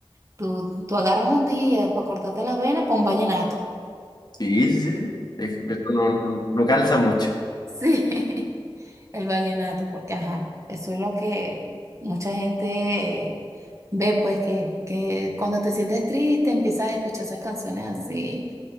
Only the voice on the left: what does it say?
sí, sí, sí, es- esto no, no, no calza mucho.